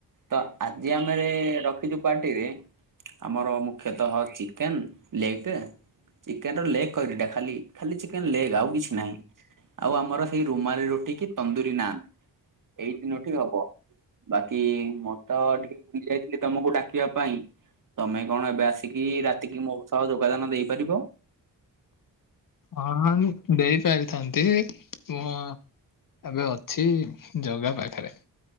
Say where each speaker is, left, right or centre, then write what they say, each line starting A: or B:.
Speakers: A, on the right; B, on the left.
A: ତ ଆଜି ଆମେ ରଖିଛୁ ପାର୍ଟିରେ ଆମର ମୁଖ୍ୟତଃ ଚିକେନ ଲେଗ୍ ଟା ଚିକେନ ର ଲେଗ୍ ଖଇଲିଟା ଖାଲି ଖାଲି ଚିକେନ ଲେଗ ଆଉ କିଛି ନାହିଁ। ଆଉ ଆମର ସେଇ ରୁମାଲ ରୁଟିକି ତନ୍ଦୁରୀ ନାନ ଏଇ ତିନୋଟି ହବ। ବାକି ମୋର ତ ଟିକେ ଭୁଲି ଯାଇଥିଲି ତମକୁ ଡାକିବା ପାଇଁ ତମେ କଣ ଏବେ ଆସିକି ରାତିକି ମୋ ସହ ଯୋଗଦାନ ଦେଇପାରିବ?
B: ହଁ ଦେଇ ପାରିଥାନ୍ତି ମୁ ଏବେ ଅଛି ଜଗା ପାଖରେ